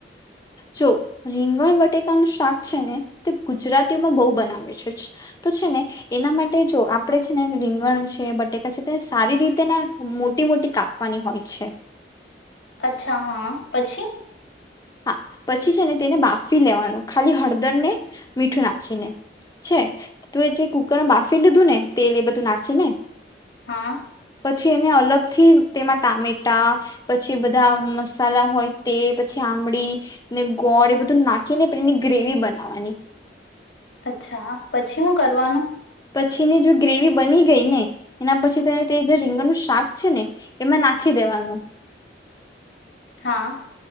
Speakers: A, on the left; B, on the left.
A: જો રીંગણ બટેકાનું શાક છે ને તે ગુજરાતીઓમાં બહુ બનાવે છે તો છે ને એના માટે જો આપણે છે ને રીંગણ છે, બટેકા છે તે સારી રીતેના મોટી મોટી કાપવાની હોય છે.
B: અચ્છા હા પછી?
A: હા પછી છે ને તેને બાફી લેવાનું ખાલી હળદર ને મીઠું નાખીને છે તું એ જે કુકરમાં બાફી લીધું ને તેલ એ બધું નાખીને
B: હા.
A: પછી એને અલગ થી તેમાં ટામેટા પછી બધા મસાલા હોય તે પછી આંબળી ને ગોળ એ બધું નાખીને એની ગ્રેવી બનાવવાની.
B: અચ્છા હા પછી હું કરવાનું?
A: પછીની જો ગ્રેવી બની ગઈ ને એના પછી તેને તે જે રીંગણનું શાક છે ને એમાં નાખી દેવાનું.
B: હા.